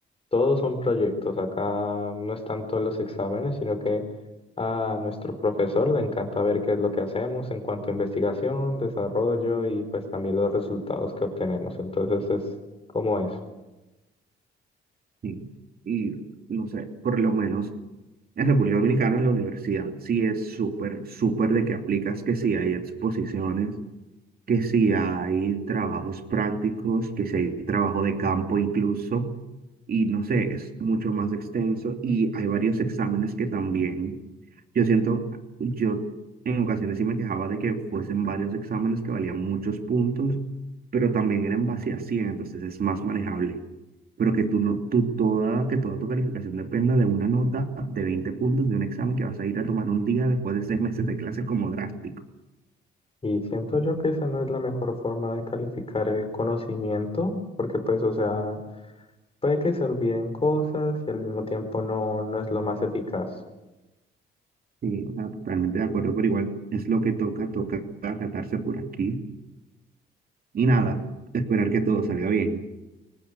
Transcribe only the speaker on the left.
todos son proyectos, acá no es tanto los exámenes, sino que a nuestro profesor le encanta ver qué es lo que hacemos en cuanto a investigación, desarrollo y pues también los resultados que obtenemos. Entonces es como eso.
Y siento yo que esa no es la mejor forma de calificar el conocimiento, porque pues, o sea... Puede que se olviden cosas y al mismo tiempo no, no es lo más eficaz.
Ujú.